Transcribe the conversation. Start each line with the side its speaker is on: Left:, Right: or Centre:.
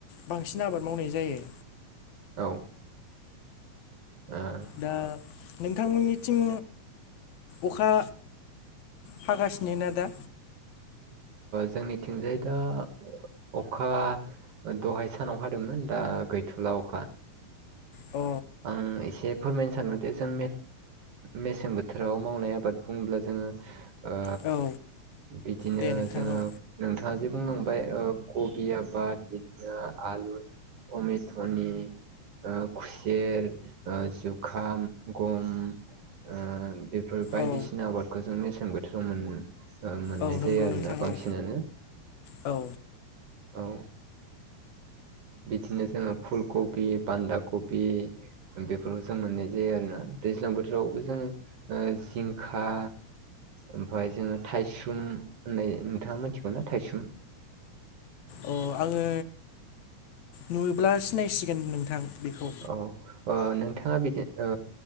Left: बांसिन आबाद मावनाय जायो
Right: औ <inaudible>
Left: दा नोंथांमोननिथिं अखा हागासिनो ना दा
Right: जोंनिथिंजाय दा अखा दहाय सानाव हादोंमोन दा गैथुला अखा
Left: अ
Right: आं एसे फोरमायनो सानोदि जोंं मेसें बोथोराव मावनाय आबाद बुङोब्ला जोङो ओ
Left: औ
Right: बिदिनो
Left: दे नोंथां
Right: जोङो
Left: औ
Right: नोंथाङा जे बुं नांबाय ओ कबि आबाद बिदिनो ओ आलु तमितनि ओ खुसेर ओ जुखाम गम ओ बेफोर बायदिसिना
Left: औ
Right: आबादखौ जों मेसें बोथोराव मोननाय
Left: औ नंगौ
Right: जायो आरोोना
Left: नोंथां
Right: बांसिनानो।
Left: औ औ
Right: औ बिदिनो जोङो फुल कबि बान्दा कबि बेफोरखौ जों मोननाय जायो आरोोना दैज्लां बोथोरावबो जोङो ओ जिंखा ओमफफ्राय जोङो थायसुम होननाय नोंथाङा मिथिगौना थाइसुम
Left: अ आङो नुयो्ला सिनायसिगोन नोंथां बेखौ
Right: औ नोंथाङा बिदिनो